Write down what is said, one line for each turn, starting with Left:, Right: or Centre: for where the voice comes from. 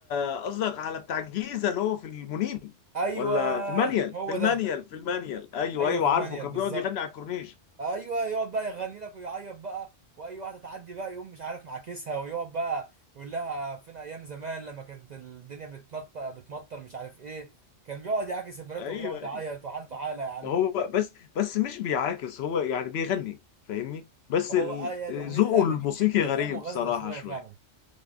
Left: آه، قصدك على بتاع الجيزه اللي هو في المنيب
Right: ايوه
Left: ولا في المانيال
Right: هو
Left: في المانيال
Right: ده
Left: في المانيال ايوه
Right: ايوه
Left: ايوه
Right: في المانيال
Left: عارفه كان
Right: بالظبط
Left: بيقعد يغني على الكورنيش
Right: ايوه يقعد بقى يغني لك ويعيط بقى واي واحده تعدي بقى يقوم مش عارف معاكسها ويقعد بقى يقول لها فين ايام زمان لما كانت الدنيا بتنطق بتمطر مش عارف ايه كان بيقعد يعاكس البنات
Left: ايوه
Right: وبيقعد يعيط
Left: ايوه
Right: وحالته حاله يا عم
Left: ما هو بس بس مش بيعاكس هو يعني بيغني فاهمني بس
Right: هو
Left: ال-
Right: بقى- آه، يا-
Left: ذوقه
Right: اغنيه اغانيه
Left: الموسيقي
Right: في- بيبقى
Left: غريب
Right: فيها مغازله
Left: صراحة
Right: شويه
Left: شوية
Right: فعلا